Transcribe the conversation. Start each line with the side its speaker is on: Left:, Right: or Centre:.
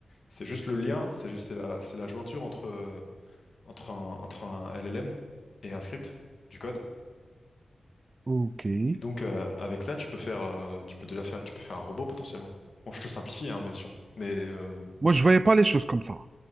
Left: C'est juste le lien, c'est juste, c'est la, c'est la jointure entre, euh, entre un, entre un LLM et un script, du code.
Right: OK. Oui.
Left: Et donc, euh, avec ça, tu peux faire, euh, tu peux déjà faire, tu peux faire un robot potentiellement. Bon, je te simplifie, hein, bien sûr. Mais, euh,
Right: Moi, je ne voyais pas les choses comme ça.